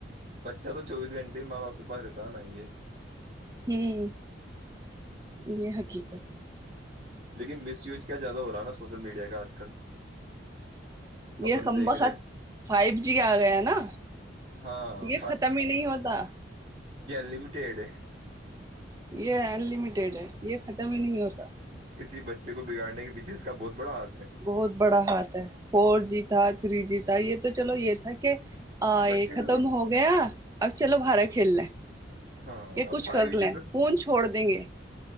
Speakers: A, on the right; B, on the right.
A: بچہ تو چوبیس گھنٹے ہی ماں باپ کے پاس رہتا ت نہیں
B: ہوں یہ حقیقت ہے
A: لیکن مس یوج کیا زیادہ ہو رہا نا سوشل میڈیا کا آج کل
B: یہ
A: اپن
B: کم
A: دیکھ
B: بخت
A: رہے
B: فائیو جی آ گیا نا
A: ہاں
B: یہ ختم ہی نہیں ہوتا
A: لمیٹیڈ
B: یہ انلمیٹیڈ ہے یہ ختم ہی نہیں ہوتا
A: کسی بچے کو بگاڑنے کے پیچھے ج اس کا بہت بڑا آ
B: بہت بڑا ہاتھ ہے فور جی تھا تھری جی تھا یہ تو چلو یہ تھا کہ کہ آ یہ
A: بچے
B: ختم
A: تھے تو
B: ہو گیا اب چلو بارا کھیل لیں
A: ہاں
B: کچھ
A: فائیو
B: کر
A: جی
B: لیں
A: تو
B: فون چھوڑ دیں گے